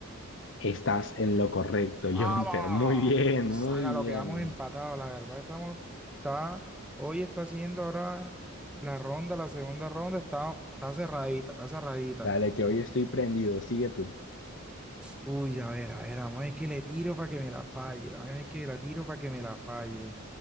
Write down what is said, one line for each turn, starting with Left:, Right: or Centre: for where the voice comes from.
Left: estás en lo correcto,
Centre: ¡Vamos!
Left: <laughs> Jonfer. Muy bien,
Centre: Saca
Left: muy bien.
Centre: lo que vamos empatados, la verdad estamos, está, hoy está haciendo ahora la ronda, la segunda ronda, está, está cerradita, está cerradita.
Left: Dale, que hoy estoy prendido. Sigue tú.
Centre: Uy, a ver, a ver, vamos a ver que le tiro para que me la falle, vamos a ver que la tiro para que me la falle.